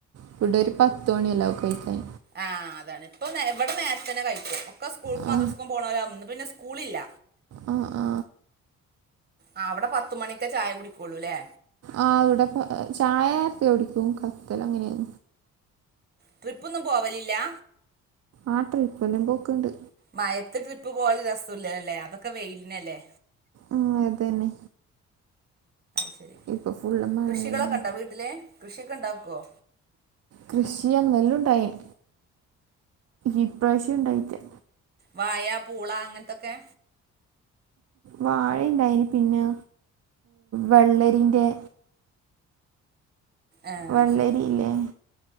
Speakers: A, on the right; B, on the right.
A: ഇവിടൊരു പത്ത്മണി എല്ലാം ആവും കയിക്കാൻ
B: ആഹ് അതാണ് ഇപ്പോ നേ വിടെ നേരത്തന്നെ കഴിക്കും ഒക്കെ സ്കൂൾക്കും
A: ആ
B: മദ്രസ്ക്കും പോണോരാ ഇന്ന് പിന്നെ സ് കൂളില്ല
A: ആ ആ
B: ആഹ്‌ അവടെ പത്ത് മണിക്കെ ചായ കുടിക്കൊള്ളൂലേ?
A: ആഹ്‌ അവടെ പ്പൊ ചായ ത്തിടിക്കും കത്തല അങ്ങനെ ആണ്.
B: ട്രിപ്പ ഒന്നും പോവലില്ലാ?
A: ആഹ്‌ തൃപ്പേല്ലാം പോക്ക്ണ്ട്.
B: മയത്ത് ട്രിപ്പ് പോവല് രസുല്ലലേ അതൊക്കെ വെയിൽനല്ലേ.
A: ആ അതന്നെ.
B: ശെരി,
A: ഇപ്പം ഫുള്ള് മഴ
B: കൃഷികളൊക്കെ
A: തന്നെ
B: ഉണ്ടോ വീട്ടില് കൃഷിയൊക്കെ ണ്ടാക്കുവോ?
A: കൃഷിയ നെല്ലു ഉണ്ടായിന്, ഈപ്രാവശ്യം ഉണ്ടായിറ്റ്ല്ലാ.
B: വായാ പൂള അങ്ങൻത്തൊക്കെ.
A: വാഴണ്ടായ്നി പിന്നെ വെള്ളരിന്റെ
B: ആഹ്
A: വെള്ളരിയില്ലേ
B: ശരി.